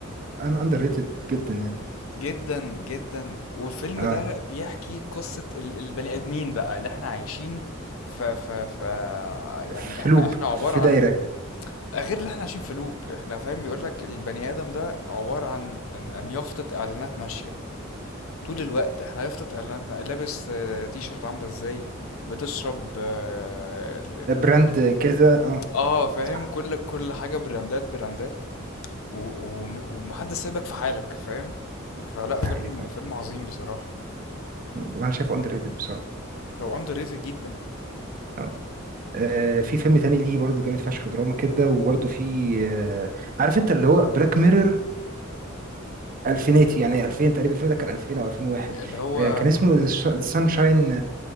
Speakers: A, on the right (about 40°); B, on the left (about 75°).
A: انا اندر ريتد جدا يعني
B: جدا جدا والفيلم
A: اه
B: ده بيحكي قصة ال- البني آدمين بقى اللي احنا عايشين ف ف ف يعني
A: في
B: احنا
A: لوب
B: احنا عبارة
A: في
B: عن
A: دايرة
B: آه، غير اللي احنا عايشين في لوب احنا فاهم يقولك البني آدم ده عبارة عن عن عن يافطة إعلانات ماشية طول الوقت احنا يافطة إعلانات ما... لابس آه، تي شيرت عاملة ازاي بتشرب اه ال- ال-
A: براند
B: ال-
A: كذا اه
B: آه، فاهم
A: صح
B: كل كل حاجة براندات براندات و... و... ومحدش سايبك في حالك فاهم
A: مم.
B: فلا
A: ده
B: فيلم
A: حقيقة فعلا
B: فيلم عظيم بصراحة
A: وانا شايفه اندر ريتد بصراحة
B: هو اندر ريتد جدا
A: اه آه، في فيلم تاني ليه برضه جامد فشخ دراما كده وبرضه في آه، عارف انت اللي هو بلاك ميرور الفيناتي يعني 2000 تقريبا الفيلم ده كان 2000 او 2001
B: اللي هو
A: آه، كان اسمه سانشاين